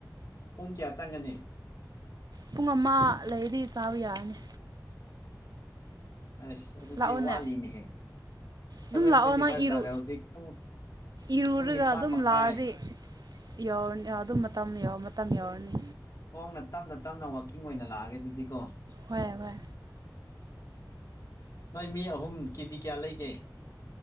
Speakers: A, on the left; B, on the right.
A: ꯄꯨꯡ ꯀꯌꯥ ꯆꯪꯒꯅꯤ
B: ꯄꯨꯡ ꯑꯃ ꯂꯩꯗꯤ ꯆꯥꯕ ꯌꯥꯔꯅꯤ
A: ꯑꯁ ꯑꯗꯨꯗꯤ
B: ꯂꯥꯛꯑꯣꯅꯦ
A: ꯋꯥꯠꯂꯤꯅꯦꯍꯦ ꯁꯚꯦꯟ
B: ꯑꯗꯨꯝ ꯂꯥꯛꯑꯣ
A: ꯇ꯭ꯣꯇꯤ
B: ꯅꯪ
A: ꯐꯥꯏꯚ
B: ꯏꯔꯨ
A: ꯇꯥꯔꯦ ꯍꯧꯖꯤꯛ ꯄꯨꯡ
B: ꯏꯔꯨꯔꯒ
A: ꯄꯨꯡ ꯅꯤꯄꯥꯟ
B: ꯑꯗꯨꯝ
A: ꯃꯈꯥꯏ
B: ꯂꯥꯛꯑꯗꯤ ꯌꯧꯔꯅꯤ ꯑꯗꯨꯝ ꯃꯇꯝ ꯃꯇꯝ ꯌꯧꯔꯅꯤ
A: ꯈꯣꯡꯅ ꯇꯞꯅ ꯇꯞꯅ ꯋꯥꯋꯀꯤꯡ ꯑꯣꯏꯅ ꯂꯥꯛꯑꯒꯦ ꯑꯗꯨꯗꯤꯀꯣ
B: ꯍꯣꯏ ꯍꯣꯏ
A: ꯅꯣꯏ ꯃꯤ ꯑꯍꯨꯝ ꯀꯦꯖꯤ ꯀꯌꯥ ꯂꯩꯒꯦ